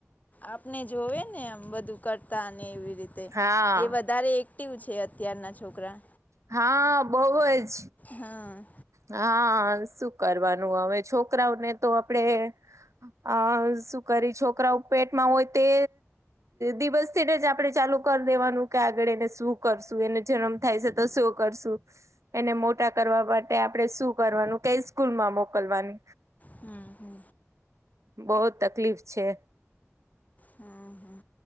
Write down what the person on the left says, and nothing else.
આપણે જોવે ને એમ બધું કરતા અને એવી રીત.
એ વધારે એક્ટિવ છે અત્યારના છોકરા
હા.
હું હું.
હા હા.